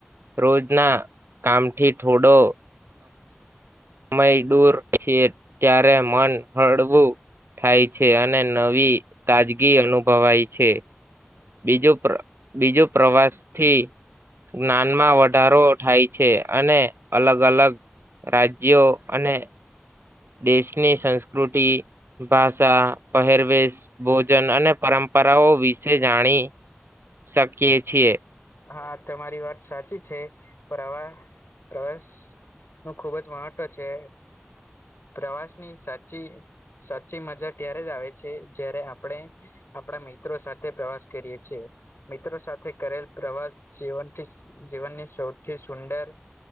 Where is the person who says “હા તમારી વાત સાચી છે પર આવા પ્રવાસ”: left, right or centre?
Left